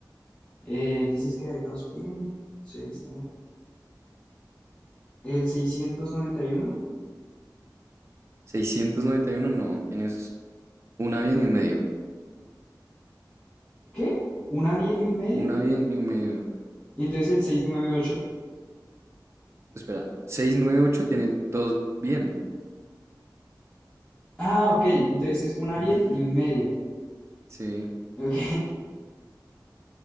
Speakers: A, on the left (about 15°); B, on the right (about 35°).
A: Eh, dices que hay dos bien. 6, El seiscientos noventa y uno
B: 691 no. Tienes una bien y un medio.
A: ¿Qué? ¿Una bien y un medio?
B: Una bien y un medio.
A: Y entonces el seiscientos noventa y ocho
B: Espera. 698 tienen dos bien.
A: Ah, ok. Entonces es una
B: <laughs>
A: bien y un medio. <laughs>
B: Sí.
A: Ok,